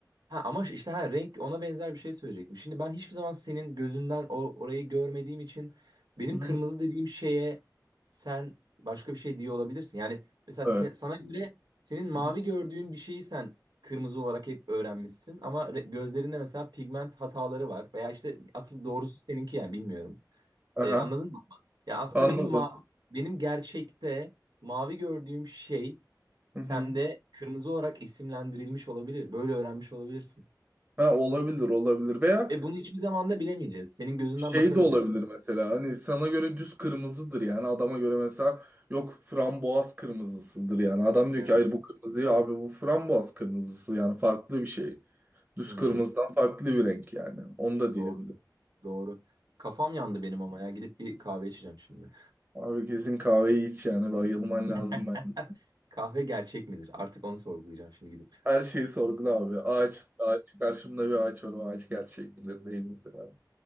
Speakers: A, on the right; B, on the right.
A: Ha ama işte ha renk ona benzer bir şey söyleyecektim. Şimdi ben hiçbir zaman senin gözünden o, orayı görmediğim için benim
B: Hı hı.
A: kırmızı dediğim şeye sen başka bir şey diye olabilirsin. Yani mesela
B: Evet.
A: se- sana göre senin mavi
B: Hı hı.
A: gördüğün bir şeyi sen kırmızı olarak hep öğrenmişsin ama re- gözlerinde mesela pigment hataları var veya işte asıl doğrusu seninki yani bilmiyorum.
B: Aha.
A: Ee, anladın mı? Ya aslında
B: Anladım.
A: benim ma benim gerçekte mavi gördüğüm şey
B: Hı
A: sende
B: hı.
A: kırmızı olarak isimlendirilmiş olabilir. Böyle öğrenmiş olabilirsin.
B: Ha, olabilir olabilir veya
A: Ve bunu hiçbir zaman da bilemeyeceğiz. Senin gözünden
B: Şey
A: bakamayacağım.
B: de olabilir mesela hani sana göre düz kırmızıdır yani adama göre mesela yok frambuaz kırmızısıdır yani adam diyor
A: Evet.
B: ki hayır bu kırmızı değil abi bu frambuaz kırmızısı yani farklı bir şey. Düz
A: Hmm,
B: kırmızıdan farklı bir renk yani onu da diyebilir.
A: doğru. Doğru. Kafam yandı benim ama ya. Gidip bir kahve içeceğim şimdi.
B: Abi kesin kahveyi iç yani bayılman lazım
A: <laughs>
B: bence.
A: Kahve gerçek midir? Artık onu sorgulayacağım şimdi gidip.
B: Her şeyi sorgula abi ağaç ağaç karşımda bir ağaç var o ağaç gerçek midir değil midir abi.